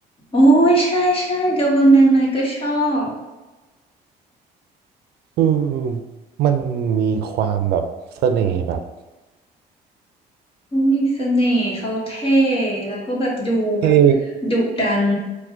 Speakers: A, on the left; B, on the right.
A: โอ้ยใช่ใช่โดเบอร์แมนไมค์ก็ชอบ
B: คือมันมีความแบบเสน่ห์แบบ
A: เขามีเสน่ห์เขาเท่แล้วก็แบบดูแบบ
B: เท่
A: ดุดัน